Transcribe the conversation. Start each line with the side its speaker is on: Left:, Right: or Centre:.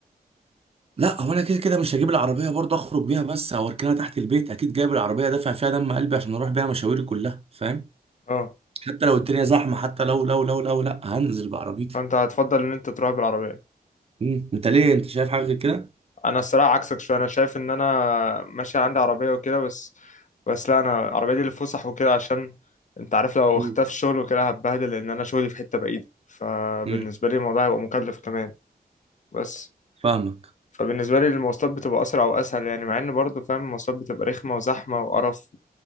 Right: لا هو انا كده كده مش هجيب العربيه برضه اخرج بيها بس او اركنها تحت البيت اكيد جايب العربيه دافع فيها دم قلبي عشان اروح بيها مشاويري كلها فاهم
Left: اه
Right: حتى لو الدنيا زحمه حتى لو لو لو لو لا هنزل بعربيتي
Left: فانت هتفضل ان انت تروح بالعربيه
Right: مم. انت ليه انت شايف حاجه غير كده
Left: انا الصراحه عكسك شويه انا شايف ان انا ماشي عندي عربيه وكده بس بس لا انا العربيه دي للفسح وكده عشان انت عارف لو
Right: مم.
Left: اختفى الشغل وكده هتبهدل لان انا شغلي في حته بعيده فبالنسبه
Right: مم.
Left: لي الموضوع هيبقى مكلف كمان بس
Right: فاهمك
Left: فبالنسبه لي المواصلات بتبقى اسرع واسهل يعني مع ان برضه فاهم المواصلات بتبقى رخمه وزحمه وقرف